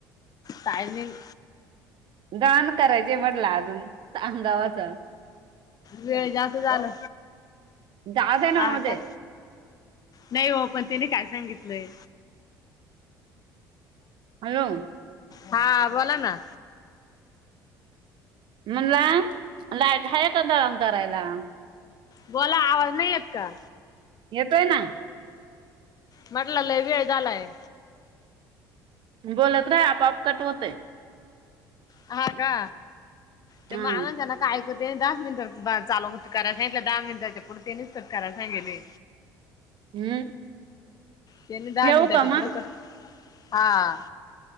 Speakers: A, on the left; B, on the right.
A: टायमिंग
B: कान करायचे म्हटलं अजून आमगावाचं.
A: वेळ जास्त झालं
B: जाऊ दे ना
A: हा
B: होऊ दे
A: का? नाही हो पण त्याने काय सांगितलंय?
B: हॅलो
A: हा बोला ना.
B: म्हणला लायट आहे का दळण करायला?
A: बोला आवाज नाही येत का?
B: येतोय ना.
A: म्हटला लय वेळ झालाय.
B: बोलत राह आपोआप कट होते.
A: हा का ते
B: हा
A: माना जाना का ऐक अगं तेनी दहाच मिनिटं चालू होतं कराय सांगितलं दहा मिनिटाच्या पुढे तेनेच कट करायला सांगेले.
B: हम्म.
A: त्यांनी दहा
B: ठेवू
A: मिनिटाच्या
B: का मग
A: पुढे कट हा.